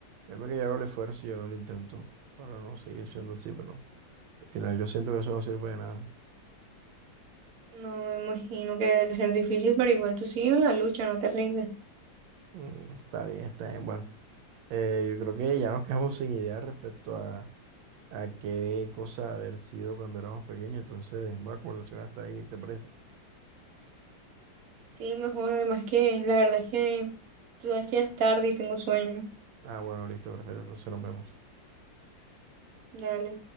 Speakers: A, on the right (about 85°); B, on the right (about 60°).
A: créeme que yo hago el esfuerzo y yo hago el intento para no seguir siendo así, pero al final yo siento que eso no sirve de nada.
B: No me imagino que debe ser difícil, pero igual tú sigues en la lucha, no te rindes.
A: Mm, está bien, está bien. Bueno. Eh, yo creo que ya nos quedamos sin idea respecto a, a qué cosa haber sido cuando éramos pequeños, entonces dejemos la conversación hasta ahí, ¿te parece?
B: Sí, mejor, además que la verdad es que tú sabes que ya es tarde y tengo sueño.
A: Ah, bueno, listo, perfecto, entonces nos vemos.
B: Dale.